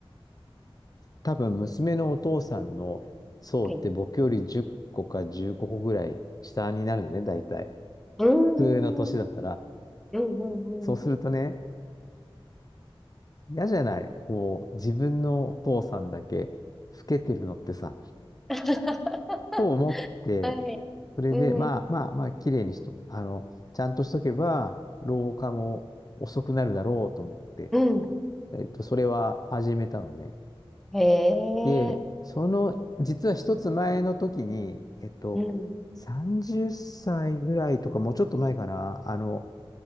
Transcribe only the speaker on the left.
多分娘のお父さんの層って僕より10個か15個ぐらい下になるのね、
大体。
普通の年だったら。
そうするとね、
嫌じゃない。こう、自分のお父さんだけ老けてるのってさ、
と思って、
それで、
まあまあまあ、綺麗にしと、あの、ちゃんとしとけば、老化も遅くなるだろうと思って、
えっと、それは始めたのね。
で、その、実は一つ前の時に、えっと、
30歳ぐらいとか、もうちょっと前かな、あの、